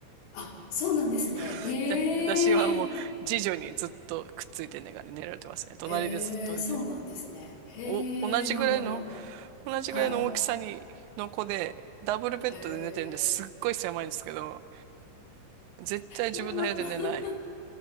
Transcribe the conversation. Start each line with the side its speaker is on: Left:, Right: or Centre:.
Left: あ、そうなんですね。
Right: <laughs>
Left: へえ。
Right: で、私はもう、次女にずっとくっついて寝が、寝られてますね。隣でずっと寝てる。
Left: へえ、そうなんですね。へえ、
Right: お、同じぐらいの、
Left: まあまあまあま
Right: 同じぐらいの大きさに、
Left: あ。はい。
Right: の子で、ダブルベッドで寝てるんですっごい狭いんですけど、
Left: へえ。
Right: 絶対自分の部屋で寝ない。
Left: まあまあ。